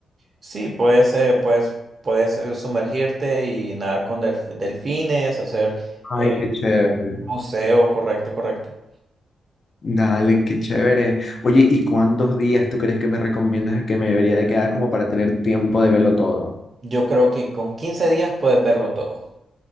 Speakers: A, on the right; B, on the left.
A: Sí, puedes, eh, puedes, puedes eh, sumergirte y nadar con delf- delfines, hacer
B: Ay,
A: eh,
B: qué chévere.
A: un buceo, correcto, correcto.
B: Dale, qué chévere. Oye, ¿y cuántos días tú crees que me recomiendas que me debería de quedar como para tener tiempo de verlo todo?
A: Yo creo que con quince días puedes verlo todo,